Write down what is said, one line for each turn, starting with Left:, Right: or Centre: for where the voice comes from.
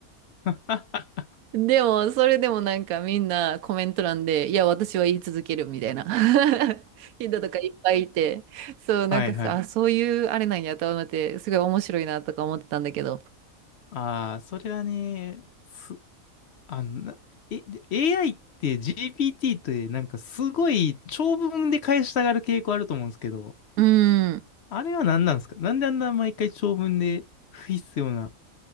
Left: <laughs>
Right: でも、それでもなんかみんなコメント欄で、いや、私は言い続けるみたいな <laughs> 人とかいっぱいいて、そう、なんかさ、
Left: はいはい。
Right: あ、そういうあれなんやと思って、すごい面白いなとか思ってたんだけど。
Left: ああ、それはね、すあの、なえ、で AI って GPT ってなんかすごい長文で返したがる傾向あると思うんですけど、
Right: うん。
Left: あれは何なんですかなんであんな毎回長文で不必要な。